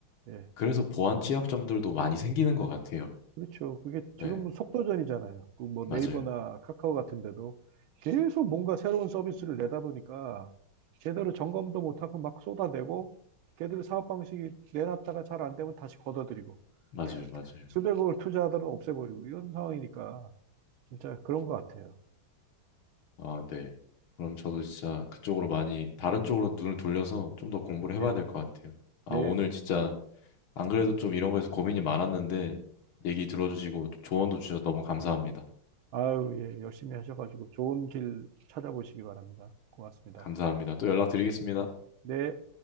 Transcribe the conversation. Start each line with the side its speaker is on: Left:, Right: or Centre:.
Right: 예,
Left: 그래서 보안 취약점들도 많이 생기는 것 같아요.
Right: 그렇죠. 그게
Left: 네,
Right: 지금은 속도전이잖아요. 그 뭐
Left: 맞아요,
Right: 네이버나 카카오 같은 데도 계속 뭔가 새로운 서비스를 내다 보니까 제대로 점검도 못하고 막 쏟아내고 걔들 사업 방식이 내놨다가 잘 안 되면 다시 걷어들이고
Left: 맞아요, 맞아요.
Right: 수백억을 투자하더라도 없애버리고 이런 상황이니까 진짜 그런 것 같아요.
Left: 아, 네. 그럼 저도 진짜 그쪽으로 많이 다른 쪽으로 눈을 돌려서 좀 더 공부를 해봐야
Right: 예,
Left: 될 것 같아요. 아,
Right: 네,
Left: 오늘
Right: 네.
Left: 진짜
Right: 네.
Left: 안 그래도 좀 이런 거에서 고민이 많았는데 얘기 들어주시고 조언도 주셔서 너무 감사합니다.
Right: 아유, 예, 열심히 하셔가지고 좋은 길 찾아보시기 바랍니다. 고맙습니다.
Left: 감사합니다. 또 연락드리겠습니다.
Right: 네. 네.